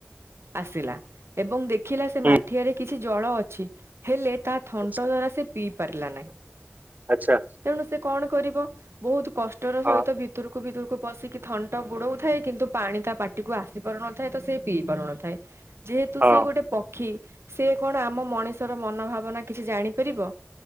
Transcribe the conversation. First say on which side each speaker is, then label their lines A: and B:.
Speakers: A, on the right; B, on the right.
A: ଆସିଲା ଏବଂ ଦେଖିଲା ସେ
B: ହୁଁ
A: ମାଠିଆରେ କି କିଛି ଜଳ ଅଛି, ହେଲେ ତା ଥଣ୍ଟ
B: ଆଚ୍ଛା।
A: ଦ୍ଵାରା ସେ ପିଇ ପାରିଲା ନାହିଁ।
B: ଆଛା।
A: ତେଣୁ ସେ କଣ କରିବ, ବହୁତ କଷ୍ଟର
B: ହଁ
A: ସହିତ ଭିତରକୁ ଭିତରକୁ ପଶିକି ଥଣ୍ଟ ବୁଡଉଥାଏ କିନ୍ତୁ ପାଣି ତା ପାଟିକୁ ଆସି ପାରୁନଥାଏ ତ, ସେ ପିଇ ପାରୁନଥାଏ। ଯେହେତୁ
B: ହଁ
A: ସେ ଗୋଟେ ପକ୍ଷୀ, ସେ କଣ ଆମ ମଣିଷର ମନ ଭାବନା କିଛି ଜାଣିପାରିବ?